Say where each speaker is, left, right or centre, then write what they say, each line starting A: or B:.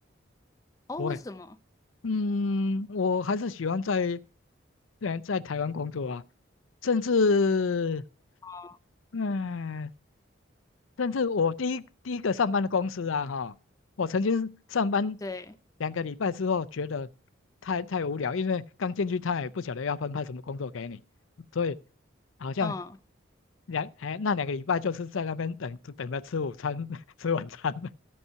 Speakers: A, on the left; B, on the left.
A: 哦，
B: 不会，
A: 为什么？
B: 嗯，我还是喜欢在在在台湾工作啊，甚至。
A: 哦
B: 嗯，甚至我第一第一个上班的公司啊，哈，我曾经上班
A: 对，
B: 两个礼拜之后，觉得太太无聊，因为刚进去他也不晓得要分派什么工作给你，所以好像
A: 嗯，
B: 两哎那两个礼拜就是在那边等等着吃午餐，<laughs> 吃晚餐，